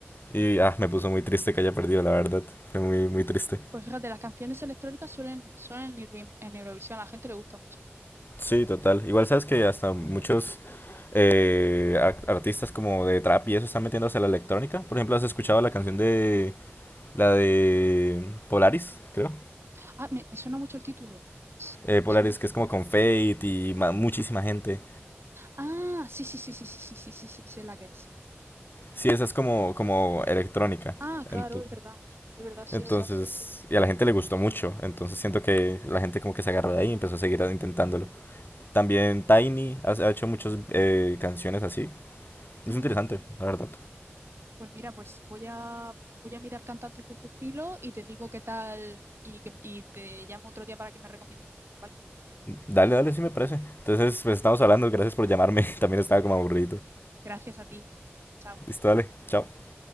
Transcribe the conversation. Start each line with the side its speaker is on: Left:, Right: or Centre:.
Left: Y ah, me puso muy triste que haya perdido, la verdad. Fue muy, muy triste.
Right: Pues fíjate, las canciones electrónicas suelen, suelen ir bien en Eurovisión, a la gente le gusta mucho.
Left: Sí, total. Igual sabes que hasta muchos eh, ar- artistas como de trap y eso están metiéndose a la electrónica. Por ejemplo, ¿has escuchado la canción de la de Polaris, creo?
Right: Ah, me, me suena mucho el título. Sí,
Left: eh,
Right: Me
Left: Polaris
Right: suena.
Left: que es como con Fate y ma- muchísima gente.
Right: Ah, sí, sí, sí, sí, sí, sí, sí, sí, sí, sé la que es, sí.
Left: Sí, esa es como, como electrónica.
Right: Ah, claro,
Left: Ento-
Right: es verdad, es verdad, sí,
Left: Entonces,
Right: sí, sí.
Left: y a la gente le gustó mucho. Entonces siento que la gente como que se agarró de ahí y empezó a seguir intentándolo. También Tiny ha, ha hecho muchas eh, canciones así.
Right: Ah.
Left: Es interesante, la verdad.
Right: Pues mira, pues voy a voy a mirar cantantes de este estilo y te digo qué tal y, que- y te llamo otro día para que me recomiendes, ¿vale?
Left: Dale, dale, sí me parece. Entonces, pues estamos hablando. Gracias por llamarme. <laughs> También estaba
Right: Gra-
Left: como aburrido.
Right: Gracias a ti. Chao.
Left: Listo, dale. Chao.